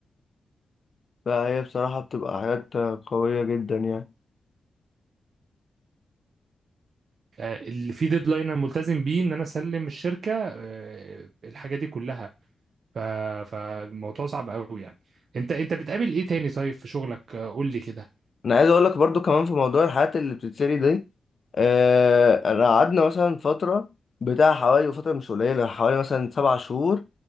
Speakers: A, on the left; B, on the right.
A: فهي بصراحه بتبقى حاجات قويه جدا يعني
B: آه، اللي فيه ديدلاين انا ملتزم بيه ان انا اسلم الشركه آه، الحاجه دي كلها ف... فالموضوع صعب قوي يعني انت انت بتقابل ايه تاني طيب في شغلك آه، قول لي كده
A: انا عايز اقول لك برضو كمان في موضوع الحاجات اللي بتتسري دي آه، انا قعدنا مثلا فترة بتاع حوالي وفترة مش قليلة حوالي مثلا سبع شهور